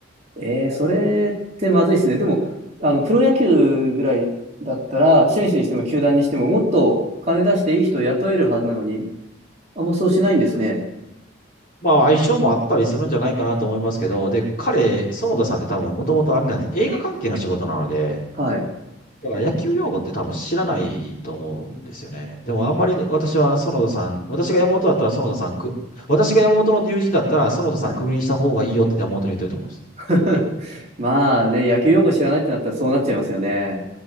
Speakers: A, on the right (about 35°); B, on the left (about 45°).
A: ー、えーそれってまずいですね。でも、あの、プロ野球ぐらいだったら、選手にしても球団にしても、もっと金出していい人を雇えるはずなのに、あんまそうしないんですね。
B: まあ相性もあったりするんじゃないかなと思いますけど、で、彼、園田さんって多分もともとあれなんです。映画関係の仕事なので、
A: はい。
B: だから野球用語って多分知らないと思うんですよね。でもあんまり私は園田さん、私が山本だったら園田さんく、私が山本の友人だったら園田さんクビにした方がいいよって山本に言ってると思います。
A: はい。<laughs> まあね、野球用語知らないってなったらそうなっちゃいますよね。